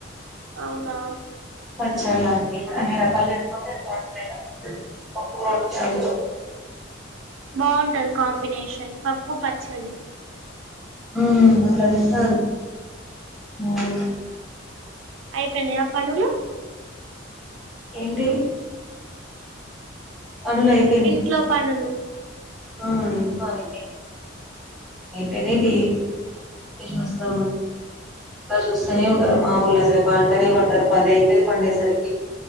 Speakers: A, on the right (about 80°); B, in the centre.
A: అవునా
B: పచలాండి ఇన్ని రకాల్ వెట్టుకొని <unintelligible> పప్పు కలుపుతే అందులో
A: బాగుంటది కాంబినేషన్ పప్పు పచ్చడి
B: ఊ అట్లా తింటారు మారి
A: అయిపనయ్ అప్ పనులు
B: ఏంటి పనులు అయిపోయినాయి
A: ఇంట్లో పనులు
B: ఆ ఎంతో అయితే ఏపేనిది
A: ఉమ్,
B: <unintelligible> వస్తాను ఇకా చూస్తనే ఉంటారు మా ఊళ్ళ పండనే పండరు పద అయితది పండేసరికి